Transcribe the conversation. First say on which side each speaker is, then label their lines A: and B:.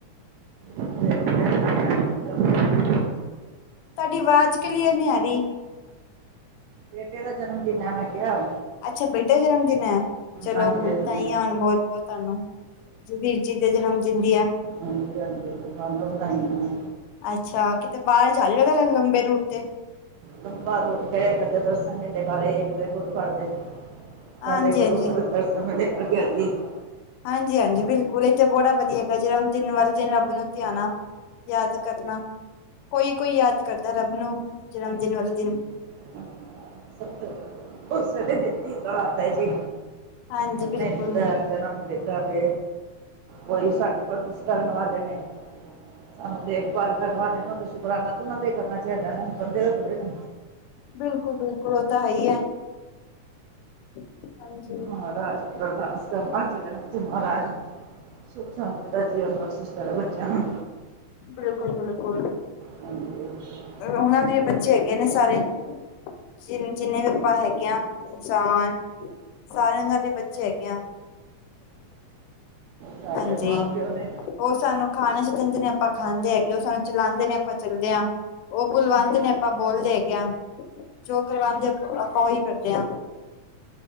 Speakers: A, on the right; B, on the left.
A: ਬੇਟੇ ਦਾ ਜਨਮ
B: ਤੁਹਾਡੀ ਆਵਾਜ਼ ਕਲੀਅਰ ਨੀ ਆ ਰਹੀ।
A: ਬੇਟੇ ਦਾ ਜਨਮਦਿਨ ਹੈ ਮੈਂ ਕਿਹਾ।
B: ਅੱਛਾ ਬੇਟਾ ਜਨਮਦਿਨ ਹੈ। ਚਲੋ
A: ਹਾਂਜੀ ਹਾਂਜੀ ਮੈਂ
B: ਤਾਂ ਆਉਣ ਬਹੁਤ-ਬਹੁਤ ਤੁਹਾਨੂੰ ਵੀਰ ਜੀ ਦੇ ਜਨਮ ਦਿਨ ਦੀਆ।
A: ਹਾਂਜੀ-ਹਾਂਜੀ ਤੁਹਾਨੂੰ ਵਧਾਈਆਂ ਨੇ।
B: ਅੱਛਾ ਕਿਤੇ ਬਾਹਰ ਜਾਏਗਾ ਤੇ ਲੰਬੇ ਰੂਟ ਤੇ।
A: ਲੰਬਾ ਰੂਟ ਕੇ ਕਰਦੇ ਦਸਾਂ ਮਹੀਨੇ ਬਾਰੇ ਏ ਤੇ ਗੁਰੂ ਘਰ ਦੇ।
B: ਹਾਂਜੀ
A: ਹਲੇ ਗੁਰੂ
B: ਹਾਂਜੀ
A: ਘਰ <unintelligible>
B: ਹਾਂਜੀ ਹਾਂਜੀ ਬਿਲਕੁਲ ਇਹ ਤੇ ਬੜਾ ਵਧੀਆ ਹੈਗਾ ਜਿ ਦਿਨ ਵਾਲੇ ਦਿਨ ਰੱਬ ਨੂੰ ਧਿਆਨਾ। ਯਾਦ ਕਰਨਾ ਕੋਈ-ਕੋਈ ਯਾਦ ਕਰਦਾ ਰੱਬ ਨੂੰ ਜਨਮ ਦਿਨ ਵਾਲੇ ਦਿਨ।
A: <unintelligible> ਉਸੇ ਨੇ ਦਿੱਤੀ ਦਾਤ ਹੈ ਜੀ
B: ਹਾਂਜੀ
A: ਉਹਨੇ
B: ਬਿਲਕੁਲ
A: ਦਿੱਤਾ। ਜਨਮ ਦਿੱਤਾ ਵੇ ਉਹੀ ਸਾਡੀ ਪਰਵਿਸ਼ ਕਰਨ ਵਾਲੇ ਨੇ। ਸਾਨੂੰ ਦੇਖਭਾਲ ਕਰਨ ਵਾਲੇ ਨਾਂ ਦਾ ਸ਼ੁਕਰਾਨਾ ਤਾਂ ਉਹਨਾ ਦਾ ਹੀ ਕਰਨਾ ਚਾਹੀਦਾ ਨਾ ਬੰਦੇ ਦਾ ਥੋੜੀ ਨਾ।
B: ਬਿਲਕੁਲ-ਬਿਲਕੁਲ ਉਹ ਤਾਂ ਹੈ ਹੀ ਹੈ ਹਾਂਜੀ।
A: ਮਹਾਰਾਜ ਅਰਦਾਸ ਕਰਨਾ ਚਲ ਮਹਾਰਾਜ ਸੁੱਖ ਸ਼ਾਂਤੀ ਦਾ ਜੀਵਨ ਬਖਸ਼ਿਸ਼ ਕਰੇ ਬੱਚਿਆਂ ਨੂੰ।
B: ਬਿਲਕੁਲ-ਬਿਲਕੁਲ
A: ਹਾਂਜੀ
B: ਉਹਨਾਂ ਦੇ ਬੱਚੇ ਹੈਗੇ ਨੇ ਸਾਰੇ। ਜਿ ਜਿੰਨੇ ਵੀ ਆਪਾਂ ਹੈਗੇ ਆ ਇਨਸਾਨ ਸਾਰਿਆਂ ਘਰ ਦੇ ਬੱਚੇ ਹੈਗੇ ਆ।
A: ਸਾਡੇ
B: ਹਾਂਜੀ
A: ਮਾਂ ਪਿਓ ਨੇ
B: ਉਹ ਸਾਨੂੰ ਖਾਣ ਵਾਸਤੇ ਦਿੰਦੇ ਨੇ ਆਪਾਂ ਖਾਂਦੇ ਹੈਗੇ ਉਹ ਸਾਨੂੰ ਚਲਾਉਂਦੇ ਨੇ ਆਪਾਂ ਚੱਲਦੇ ਹਾਂ। ਉਹ ਬੁਲਵਉਂਦੇ ਨੇ ਆਪਾਂ ਬੋਲਦੇ ਹੈਗੇਆ ਜੋ ਕਰਵਾਉਦੇ ਆਪਾਂ ਉਹੀ ਕਰਦੇ ਹਾਂ।